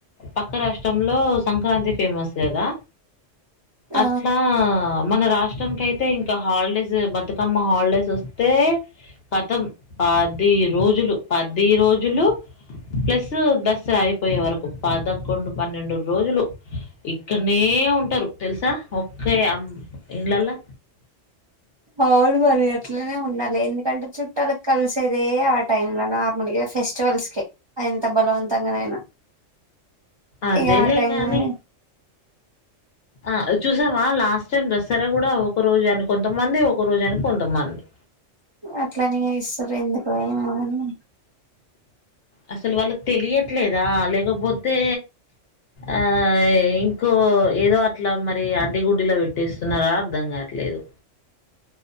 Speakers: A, on the left; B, on the right.
A: పక్క రాష్ట్రంలో సంక్రాంతి ఫేమస్ గదా
B: ఆ
A: అట్లా మన రాష్ట్ర ఇష్టానికైతే ఇంకా హాలిడేస్ బతుకమ్మ హాలిడేస్ వస్తే కతం పాది రోజులు పది రోజులు ప్లస్ దసరా అయిపోయే వరకు పదకొండు పన్నెండు రోజులు ఇక్కనే ఏ ఉంటరు తెలుసా ఒకే అమ్ ఇండ్లలా
B: అవును మరి అట్లనే ఉండాలి ఎందుకంటే చుట్టాల కలిసేదే ఆ టైమ్ లో నార్మల్ ఎస్ ఫెస్టివల్స్ కె అంత బలవంత తంగవైన
A: అదేలే
B: ఈ ఆ టైమ్
A: కానీ
B: లోనే
A: ఆ చూసావ లాస్ సేమ్ దసారా కూడా ఒక రోజు అని కొంతమంది ఒక రోజుని కొంతమంది
B: అట్లనే ఎస్తారు ఎందుకు ఏమో అని
A: అసలు వాళ్ళుకు తెలియట్లేదా లేకపోతే ఆ ఇంకో ఏదో అట్లా మరి అడ్డగుడ్డిలా పెట్టేస్తున్నార అర్ధం కావట్లేదు